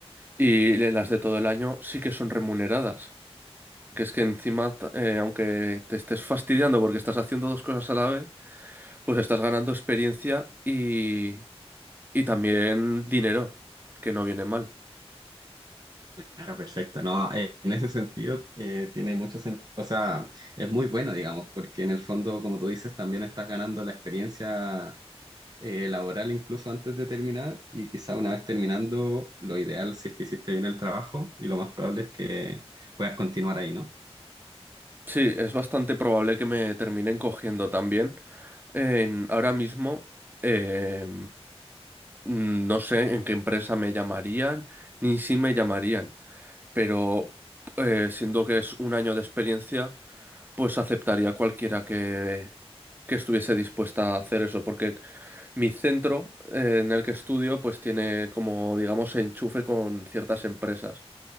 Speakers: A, on the right (about 20°); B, on the right (about 40°).
A: y las de todo el año sí que son remuneradas. Que es que encima, t- eh, aunque te estés fastidiando porque estás haciendo dos cosas a la vez, pues estás ganando experiencia y, y también dinero, que no viene mal.
B: Claro, perfecto. No, eh, en ese sentido eh, tiene mucho sentido, o sea, es muy bueno, digamos, porque en el fondo, como tú dices, también estás ganando la experiencia eh, laboral incluso antes de terminar y quizá una vez terminando, lo ideal si es que hiciste bien el trabajo y lo más probable es que puedas continuar ahí, ¿no?
A: Sí, es bastante probable que me terminen cogiendo también. En- ahora mismo eh, no sé en qué empresa me llamarían, ni si me llamarían, pero eh, siendo que es un año de experiencia, pues aceptaría cualquiera que, que estuviese dispuesta a hacer eso, porque mi centro eh, en el que estudio pues tiene como digamos enchufe con ciertas empresas